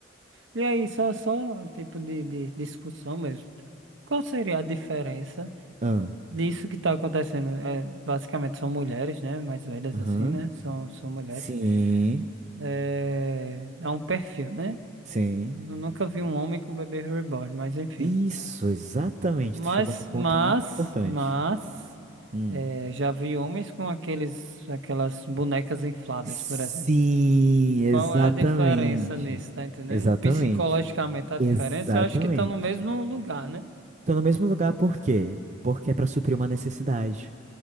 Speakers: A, on the right (about 75°); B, on the right (about 35°).
A: E aí, só, só um tipo de, de discussão mesmo. Qual seria a diferença
B: Ah.
A: disso que está acontecendo? É, basicamente são mulheres, né? Mais velhas
B: Aham.
A: assim, né? São, são mulheres.
B: Sim.
A: é, a um perfil, né?
B: Sim.
A: Eu nunca vi um homem com bebê reborn, mas enfim.
B: Isso, exatamente.
A: Mas,
B: Tu chegou no ponto
A: mas,
B: muito importante.
A: mas,
B: Hum.
A: é, já vi homens com aqueles, aquelas bonecas infláveis,
B: Sim,
A: por exemplo. Qual
B: exatamente.
A: é a diferença nisso, tá entendendo?
B: Exatamente.
A: Psicologicamente a
B: Exatamente.
A: diferença, eu acho que estão no mesmo lugar, né?
B: Tô no mesmo lugar por quê? Porque é pra suprir uma necessidade